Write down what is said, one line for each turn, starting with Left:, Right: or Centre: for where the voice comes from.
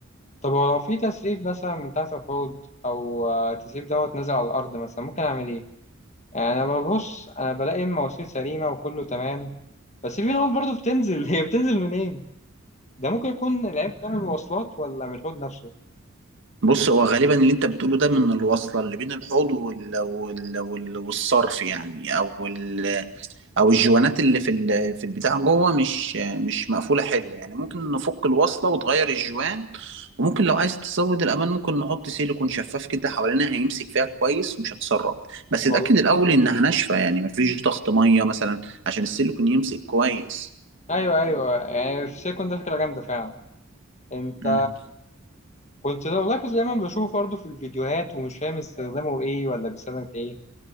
Left: طب ولو في تسريب مثلا من تحت الحوض أو آه، تسريب دوت نزل على الأرض مثلا ممكن أعمل إيه يعني انا ببص انا بلاقي المواسير سليمه وكله تمام بس في نقط برضه بتنزل <laughs> هي بتنزل منين ده ممكن يكون العيب ده من المواصلات ولا من الحوض نفسه
Right: بص هو غالبا اللي انت بتقوله ده من الوصله اللي بين الحوض وال... وال... وال... والصرف يعني او ال... او الجوانات اللي في ال... في البتاع جوه مش مش مقفوله حلو يعني ممكن نفك الوصله وتغير الجوان وممكن لو عايز تزود الامان ممكن نحط سيليكون شفاف كده حوالينها هيمسك فيها كويس ومش هتسرب بس
Left: والله
Right: اتاكد الاول انها ناشفه يعني مفيش ضغط ميه مثلا عشان السيليكون يمسك كويس
Left: ايوه ايوه يعني في سيكون ده فكره جامده فعلا انت
Right: مم.
Left: كنت ده والله كنت دايما بشوفه برضه في الفيديوهات ومش فاهم استخدامه ايه ولا بيستخدم في ايه